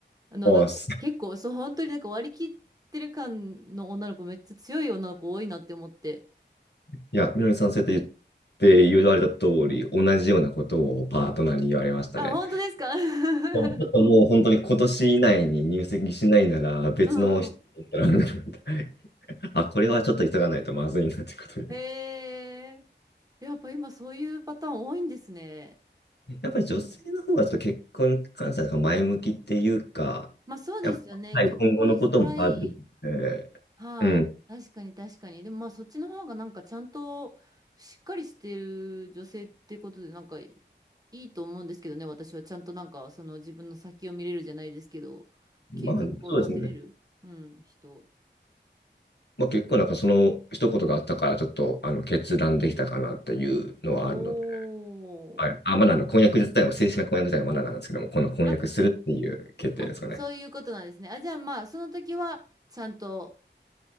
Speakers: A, on the right; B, on the left.
A: あの、
B: あ、
A: なんか、
B: す
A: 結構、そう、本当になんか割り切ってる感の女の子、めっちゃ強い女の子多いなって思って。
B: いや、みのりさんそうやって言って言われた通り、同じようなことをパートナーに言われましたね。
A: あ、本当ですか <laughs>
B: ちょっともう本当に今年以内に入籍しないなら別の人に行ったら
A: うんうん。
B: <laughs> あ、これはちょっと急がないとまずいなということで。
A: へえ。やっぱ今そういうパターン多いんですね。
B: やっぱり女性の方がちょっと結婚に関しては前向きっていうか、
A: まあそうですよね。
B: やっぱ、はい、
A: 結婚したい。
B: 今後のこともあるので、
A: はい。
B: うん、
A: 確かに確かに。でもまあそっちの方がなんかちゃんとしっかりしてる女性ってことでなんかいいと思うんですけどね。私はちゃんとなんかその自分の先を見れるじゃないですけど、計画を立てれる、
B: まあそうですね。
A: うん、人。
B: まあ結構なんかその一言があったからちょっとあの決断できたかなっていうのはあるので、
A: おー。
B: はい。あ、まだあの婚約自体も正式な婚約自体はまだなんですけども、この婚約するっていう決定ですかね。
A: あ、あ、そういうことなんですね。あ、じゃあまあ、その時は、ちゃんと